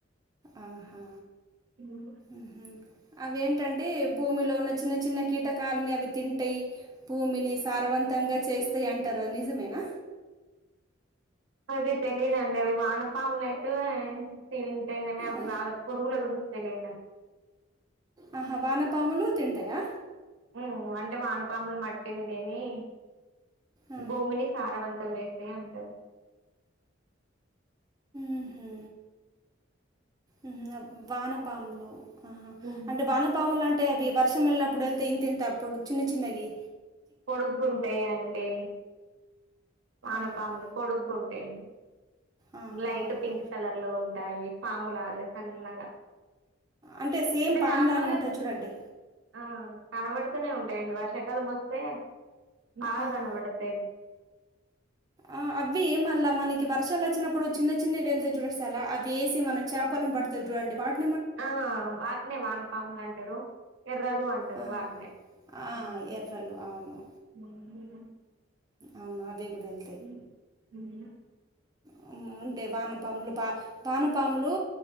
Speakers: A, on the right; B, on the right.
A: ఆహా
B: ఉమ్.
A: ఉహు అవేంటి అంటే భూమిలో ఉన్న చిన్న చిన్న కీటకాలని అవి తింటయి భూమిని సారవంతంగా చేస్తాయి అంట్ రు అది నిజమేనా
B: అదే తెలీదు అండి అవి వానపాములు అయితే తింటయి గాని అవి
A: ఆ,
B: వాన పురుగుల గురించి తెలియదు నాకు
A: ఆహా వానపాములు తింటయా
B: ఉ అంటే వానపాములు మట్టినీ తిని
A: ఆ.
B: భూమిని సారవంతం చేస్తయ్ అంటరు
A: ఉహు ఉహు వానపాములు ఆహ
B: ఉమ్.
A: అంటే వాన పాములు అంటే అవి వర్షం వెళ్ళినప్పుడు ఎల్తయ్ ఇంతింత అప్పుడు చిన్న చిన్నయి
B: పొడుగ్గ ఉంటయి అండి వానపాములు
A: ఆహా.
B: పొడుగ్గుంటయి
A: ఆ,
B: లైట్
A: ఆ, ఆ.
B: పింక్ కలర్ లో ఉంటాయి పాముల లాగా సన్నగా
A: అంటే సేమ్ పామ్
B: నార్మల్
A: లానే
B: గా
A: ఉంటాయి చూడండి
B: ఆ కనబడుతూనే ఉంటాయండి వర్షాకాలం వస్తే బాగా
A: ఆ.
B: కనపడతాయి
A: ఆ అవి మళ్ళ మనకి వర్షాలు వచ్చినప్పుడు చిన్న చిన్నవి వెళ్తయి చూడు సలా అవి వేసి మన చేపల పడు తై జూడండి వాట్
B: ఆ వాట్నే వానపాములంటరు ఎర్రలు అంటారూ
A: ఆ!
B: తరువాతనే
A: ఆ!
B: ఉమ్
A: ఎర్రలు అవును.
B: ఉహు
A: అవునా అది నీకు తెలుసా
B: ఉమ్ ఉన్నరా
A: అవును ఉంటె వానపాములు పా వానపాములు